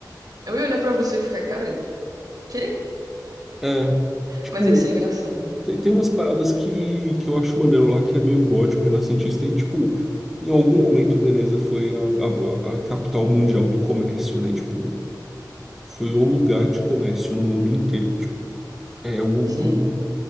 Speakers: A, on the right; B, in the centre.
A: Eu ia olhar pra você e ficar, cara, quê?
B: É, tipo,
A: Mas ia ser engraçado.
B: Tem, tem umas paradas que, que eu acho maneiro lá, que é meio gótico, renascentista, e, tipo, em algum momento Veneza foi a, a, a capital mundial do comércio, né? Tipo, foi o lugar de comércio no mundo inteiro. Tipo, é o.
A: Sim,
B: o